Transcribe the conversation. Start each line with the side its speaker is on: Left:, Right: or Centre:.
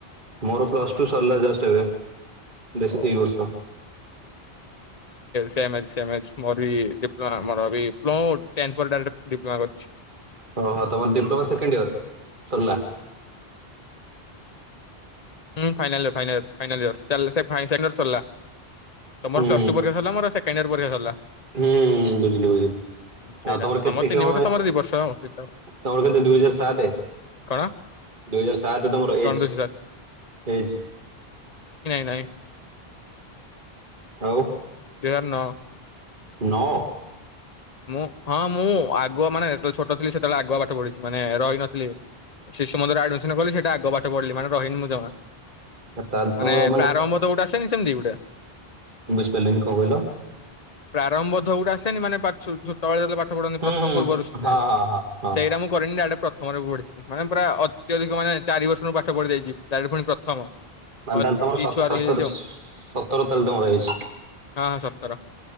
Right: ମୋର ପ୍ଲସ୍ ଟୁ ସରିଲା ଜଷ୍ଟ ଏବେ ବେଶୀ
Left: ଓହୋ
Right: ଏଇ ବର୍ଷ।
Left: ହଁ ଟେମେସ୍ ସେସେଯ୍ ମୋର ବି ଡିପ୍ଲୋମା ମୋର ବି ପ୍ଲଟ୍ ଣ୍ଟେପେରଟ୍ ଡିପ୍ଲୋମା କରିଚି।
Right: ଓହୋ ତମର ଡିପ୍ଲୋମା ସେକେଣ୍ଡ ଇୟର ସରିଲା।
Left: ହୁଁ final year final year final year ଚାଲା ସେ ଫାଇନାଲୟର ସରିଲା। ତମର
Right: ହୁଁ
Left: ପ୍ଲସ୍ ଟୁ ପରୀକ୍ଷା ସରିଲା ମୋର ସେକେଣ୍ଡ ଇୟର ପରୀକ୍ଷା ସରିଲା।
Right: ହୁଁ ବୁଝିଲି ବୁଝିଲି।
Left: ସେଇଟା
Right: ଆଉ ତମର କେତେ
Left: ଆମର ତିନି
Right: କଣ
Left: ବର୍ଷ ତମର
Right: ତମର
Left: ଦି ବର୍ଷ ସେଇଟା
Right: କେତେ ଦୁଇ ହଜାର ସାତେ।
Left: କଣ
Right: ଦୁଇ ହଜାର ସାତରେ ତମର
Left: କଣ
Right: ଏଜ୍
Left: ଦୁଇ ହଜାର
Right: ଏଜ୍।
Left: ନାଇ
Right: ଆଉ
Left: ଦୁଇହଜାର ନଅ।
Right: ନଅ।
Left: ମୁଁ ହଁ ମୁଁ ଆଗୁଆ ମାନେ ଯେତେବେଳେ ଛୋଟ ଥିଲି ସେତେବେଳେ ଆଗୁଆ ପାଠ ପଢ଼ିଚି। ମାନେ ରହିନଥିଲି ଶିଶୁ ମନ୍ଦିରରେ ଆଡମିଶନ୍ କଲି ସେଟା ଆଗ ପାଠ ପଢିଲି ମାନେ ରହିନି ମୁଁ ଜମା।
Right: ତାହେଲେ ତମର
Left: ମାନେ ପ୍ରାରମ୍ଭ ତ ଗୋଟେ ଆସେନି ସେମତି ଗୋଟେ।
Right: ବୁଝିପାରିଲନି କଣ କହିଲ।
Left: ପ୍ରାରମ୍ଭ ଧଉୋଟା ଆସନି ମାନେ ପାଛୋ ଛୁ ଛୁ ତଳେ ଯେତେବେଳେ ପା ପାଠ ପଢ଼ନ୍ତି
Right: ହୁଁ
Left: ପ୍ରଥମ
Right: ହୁଁ
Left: ପୂର୍ବରୁ ସେ
Right: ହଁ ହଁ ହଁ ହଁ
Left: ସେଇଟା ମୁଁ କରିନି ଡାଇରେକ୍ଟ ପ୍ରଥମ ରୁ ମୁ ପଢିଛି। ମାନେ ପୁରା ଅତ୍ୟଧିକ ମାନେ ଚାରି ବର୍ଷରୁ ପାଠ ପଢି ଦେଇଚି ଡାଇରେକ୍ଟ ପୁଣି ପ୍ରଥମ।
Right: ମାନେ
Left: ଅତି
Right: ତାହେଲେ ତମର ସ
Left: ଛୁଆରୁ
Right: ସତର
Left: ରହିଯାଇଚି ହଁ
Right: ସତର ତାହେଲେ ତମର ଏଜ୍
Left: ହଁ ସତର।